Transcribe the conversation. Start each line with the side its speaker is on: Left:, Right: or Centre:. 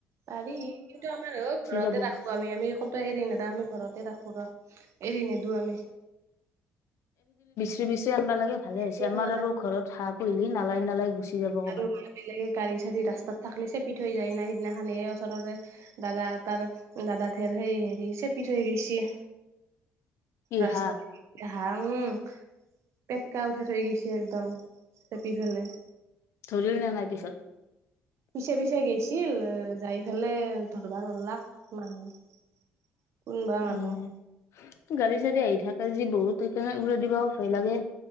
Right: পাৰি। কিন্তু আমাৰ <unintelligible> ঘৰতে
Left: যাব।
Right: ৰাখোঁ আমি। আমি ক'তো এৰি নেদাও। আমি ঘৰতে ৰাখোঁ ৰ'। এৰি নেদো আমি।
Left: জুনিছ তিয়া আনবা লাগে, ভালে হৈছে।
Right: চিয়ান
Left: আমাৰ
Right: বালাজী
Left: আৰু ঘৰত হা পলি নালাই নালাই গুচি যাব ক'বাত।
Right: আৰু লাগিলে গাড়ী-চাৰি ৰাস্তাত থাকলি চেপি থৈ যায় না, সিদিনাখনে ওচৰৰে দাদা- তাৰ দাদা ঠেৰ সেই হেৰি চেপি থৈ গৈছি।
Left: কি
Right: ৰাস্তা
Left: হাঁহ
Right: <inaudible> হা উম। পেটকা উঠাই থৈ গৈছে একদম, চেপি ফেলে।
Left: ধৰিল নে নাই পিছত?
Right: পিছে পিছে গৈছিল যাই ফেলে ধৰবা নলাক মানুহ। কোনোবা
Left: উম।
Right: মানুহ।
Left: গাড়ী চাড়ী আহি থাকেজি বহুত সেইকাৰণে উৰা দিবা ভয় লাগে।